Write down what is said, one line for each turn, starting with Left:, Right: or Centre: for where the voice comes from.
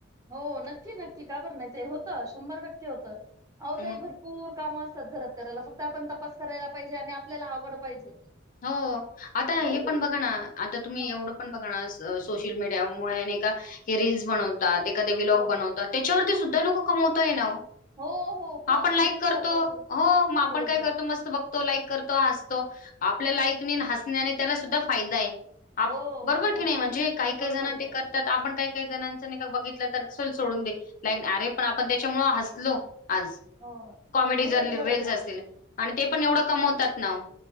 Right: हो नक्की नक्की काबर नाही ते होतं शंभर टक्के होतं आहो
Left: म
Right: ताई भरू पूर कामं असतात घरात करायला फक्त आपण तपास करायला पाहिजे. आणि आपल्याला आवड पाहिजे.
Left: हो आता हे
Right: जरी
Left: पण
Right: तुम
Left: बघा ना आता तुम्ही
Right: ह
Left: एवढं आपण बघा ना सोशल मीडियामुळे नाही का हे रीलल्स बनवतात एखादे व्लॉग
Right: हो
Left: बनवतात. त्याच्यावरती सुद्धा लोक कमवत आहे ना ओ.
Right: हो हो खूप
Left: आपण लाईक
Right: रील
Left: करतो.
Right: करतात खूप
Left: हो मग आपण
Right: बरोबर
Left: काय करतो मस्त बघ तो लाईक करतो हसतो आपल्या लाईकनी आणि हसण्यानी त्याला सुद्धा फायदा आहे. आप
Right: हो
Left: बरोबर
Right: मग
Left: की नाही म्हणजे काही
Right: बरोबर
Left: काही जण
Right: आहे
Left: ते कर तर आपण काही काही जणांच बघितलं तर सोल सोडून दे लाईक अरे पण आपण त्याच्यामुळ हसलो. आज
Right: हो
Left: कॉमेडी
Right: नाही बरोबर
Left: जर रीलस
Right: आहे ना
Left: असतील आणि ते पण एवढं कमवतात ना हो.